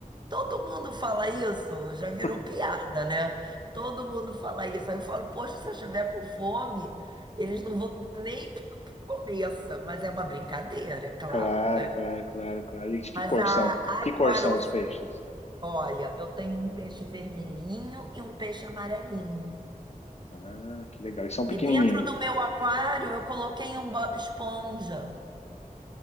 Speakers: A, on the right; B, on the left.
A: Todo mundo fala isso, já virou
B: <laughs>
A: piada, né? Todo mundo fala isso. Aí eu falo, poxa, se eu estiver com fome, eles não vão dar nem <laughs> que eu começa. Mas é uma brincadeira, é claro,
B: Claro,
A: né?
B: claro, claro, claro. E que
A: Mas
B: cor
A: a
B: são? Que
A: aquarofi,
B: cor são os peixes?
A: olha, eu tenho um peixe vermelhinho e um peixe amarelinho.
B: Ah, que legal. E são
A: E
B: pequenininhos.
A: dentro do meu aquário eu coloquei um Bob Esponja.